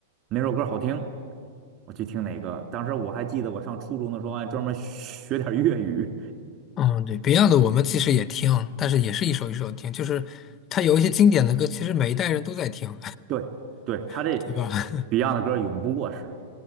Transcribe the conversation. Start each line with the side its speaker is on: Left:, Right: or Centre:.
Right: 哪首歌好听，我去听哪个。当时我还记得我上初中的时候还专门学点儿粤语。
Left: 嗯，对，Beyond 的我们其实也听，但是也是一首一首听，就是他有一些经典的歌，其实每一代人都在听，
Right: 对，对，他这
Left: <laughs> 对吧？<laughs>
Right: Beyond 的歌永不过时，